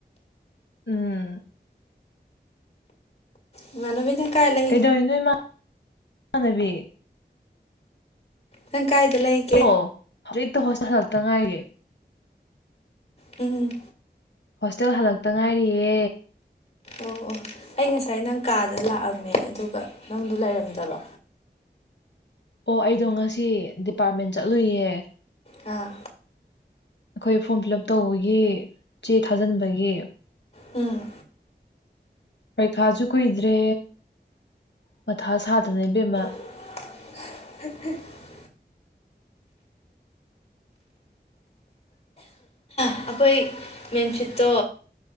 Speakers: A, on the left; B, on the left.
A: ꯎꯝ
B: ꯏꯃꯥꯟꯅꯕꯤ ꯅꯪ ꯀꯥꯏ ꯂꯩ
A: ꯀꯩꯗꯧꯏꯅ‌ꯣ ꯏꯃ ꯏꯃꯥꯟꯅꯕꯤ
B: ꯅꯪ ꯀꯥꯏꯗ ꯂꯩ
A: ꯑꯣ ꯍꯧꯖꯤꯛꯇ ꯍꯣꯁꯄꯤꯇꯥꯜꯇ ꯉꯥꯏꯒꯦ
B: ꯎꯝ
A: ꯍꯣꯁꯇꯦꯜ ꯍꯜꯂꯛꯇ ꯉꯥꯏꯔꯤꯌꯦ
B: ꯑꯣ ꯑꯩ ꯉꯁꯥꯏ ꯅꯪ ꯀꯥꯗ ꯂꯥꯛꯑꯝꯃꯦ ꯑꯗꯨꯒ ꯅꯪ ꯂꯩꯔꯝꯗꯕ
A: ꯑꯣ ꯑꯩꯗꯣ ꯉꯁꯤ ꯗꯤꯄꯥꯔꯠꯃꯦꯟ ꯆꯠꯂꯨꯏꯌꯦ
B: ꯑꯥ
A: ꯑꯩꯈꯣꯏ ꯐꯣꯔꯝ ꯐꯤꯜ ꯑꯞ ꯇꯧꯕꯒꯤ ꯆꯦ ꯊꯥꯖꯟꯕꯒꯤ
B: ꯎꯝ
A: ꯄꯩꯈꯥꯁꯨ ꯀꯨꯏꯗ꯭ꯔꯦ ꯃꯊꯥ ꯁꯥꯗꯅ ꯏꯕꯦꯝꯃ
B: <unintelligible> ꯑꯩꯈꯣꯏ ꯃꯦꯟꯐꯤꯠꯇꯣ